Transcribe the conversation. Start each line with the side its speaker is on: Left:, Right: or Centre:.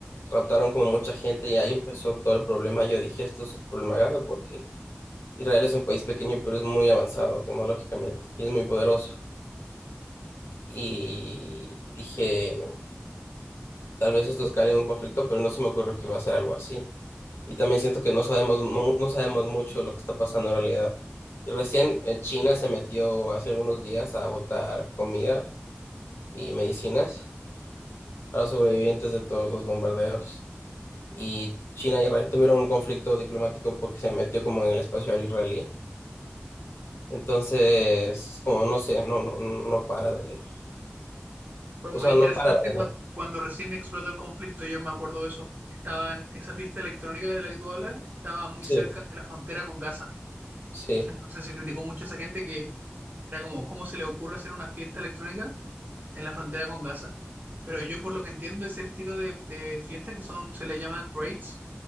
Left: raptaron como mucha gente y ahí empezó todo el problema. Yo dije, esto es un problema grave porque Israel es un país pequeño pero es muy avanzado tecnológicamente y es muy poderoso. Y dije, tal vez esto escale en un conflicto, pero no se me ocurrió que iba a ser algo así. Y también siento que no sabemos, mu- no sabemos mucho lo que está pasando en realidad. Y recién eh, China se metió hace algunos días a botar comida y medicinas a los sobrevivientes de todos los bombardeos. Y China y Israel tuvieron un conflicto diplomático porque se metió como en el espacio aéreo israelí. Entonces, como no sé, no, no, no para de...
Right: Fue
Left: O
Right: muy
Left: sea,
Right: interesante
Left: no para de...
Right: cuan- cuando, recién explotó el conflicto, yo me acuerdo de eso. Estaba en esa fiesta electrónica de la que tú hablas, estaba muy cerca
Left: Sí,
Right: de la frontera con Gaza.
Left: sí.
Right: Entonces se criticó mucho a esa gente que era como, ¿cómo se le ocurre hacer una fiesta electrónica en la frontera con Gaza? Pero yo por lo que entiendo, ese estilo de, de fiestas que son, se le llaman raids,